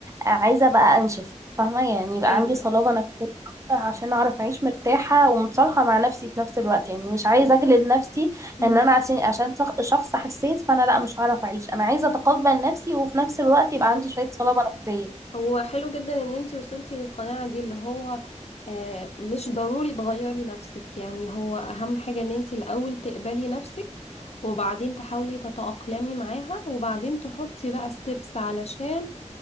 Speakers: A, on the right; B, on the left.
A: عايزة بقى انشف فاهمة يعني يبقى
B: ايوه
A: عندي صلابة
B: أيوة.
A: نفسية اكتر عشان اعرف اعيش مرتاحة ومتصالحة مع نفسي في نفس الوقت يعني مش عايزة اجلد نفسي
B: مم.
A: ان انا عشان عشان شخ- شخص حساس فانا لا مش هعرف اعيش انا عايزة اتقبل نفسي وفي نفس الوقت يبقى
B: بالظبط
A: عندي شوية صلابة نفسية
B: هو حلو جدا ان انتي وصلتي للقناعة دي اللي هو آه، مش ضروري تغيري نفسك يعني هو اهم حاجة ان انتي الاول تقبلي نفسك وبعدين تحاولي تتأقلمي معاها وبعدين تحطي بقى ستيبس علشان